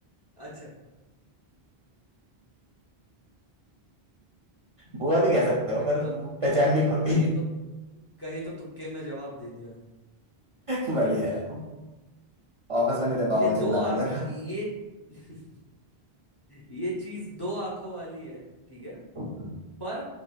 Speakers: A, on the left; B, on the right.
A: अच्छा
B: बुआ
A: चलो
B: भी कह सकते हो
A: कहीं
B: पर
A: तो
B: वो पहचान
A: कहीं
B: नहीं होती
A: कहीं तो कहीं तो तुक्के में जवाब दे दिया
B: बढ़िया है ऑफिस में नहीं दे
A: ये
B: पाओगे
A: दो
B: चिंता
A: आंख
B: ना कर
A: ये <laughs> ये चीज दो आंखों वाली है ठीक है
B: अब
A: पर